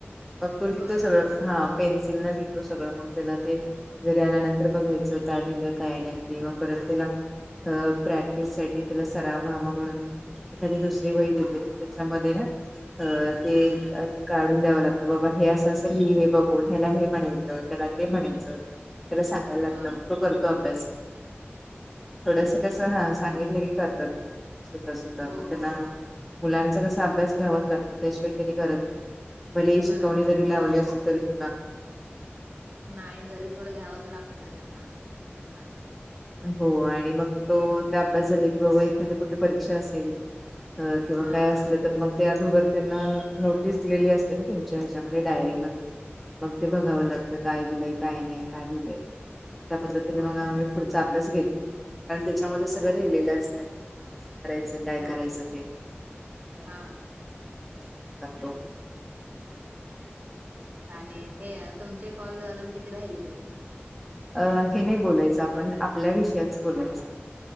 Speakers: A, in the centre; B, on the right (about 35°).
A: मग तो लिहितो
B: होय
A: सगळं हा पेन्सिल न लिहिलो सगळं मग पला ते घरी आल्यानंतर बघायचं काय लिहिलं काय नाही ते मग परत त्याला अ प्रॅक्टिस साठी तिला सराव व्हावा म्हणून एखाद दुसर वही देते मी त्याच्यामध्ये ना अ ते
B: हा
A: काढून द्यावं लागत बाबा हे असं असं मी आहे बा ्याला हे म्हणायच त्याला ते म्हणायचं त्याला सांग लागत
B: हा
A: तो करतो अभ्यास थोडस
B: होय
A: कसं सांगितलं की करतात सुत सुत मग
B: हो हो
A: त्यांना मुलांचा कसा अभ्यास घ्यावाच लागतो त्याशिवाय त्यांनी करत नाही भले ही शिकवणी
B: करत नाहीत
A: जरी
B: हो
A: लावली असल तरी हो
B: नाही घरी थोडं घ्यावचं लागतंय त्यांना देकरन
A: हो आणि मग तो ते अभ्यास झाले की बाबा एखाद कुठली परीक्षा असेल अ किंवा
B: हा
A: काय असले तर मग त्या दुगर त्यांना नोटीस दिलेली असते ना त्यांच्या ह्याच्यामध्ये डायरीमध्ये मग ते बघावं
B: हो
A: लागतं काय दिलंय काय नाही काय दिलंय त्या पद्धतीने
B: होय
A: मग पुढचा अभ्यास घेते कार त्याच्यामध्ये
B: घ्या
A: सगळं
B: हो
A: लिहिलेलं असतय कसं करायचं काय
B: हो
A: करायचं ते त्या
B: हा
A: पद्धतीने सग अभ्यास लागतो
B: आणि हे तुमचे कॉल अजून किती राहिले ते?
A: अ हे नाही, बोलायचं आपण आपल्या विषयाच बोलायचं.